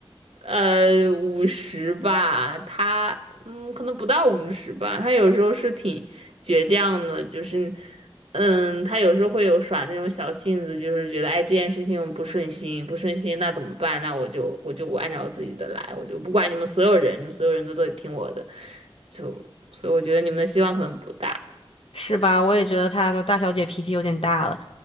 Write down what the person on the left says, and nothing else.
是吧？我也觉得她的大小姐脾气有点大了。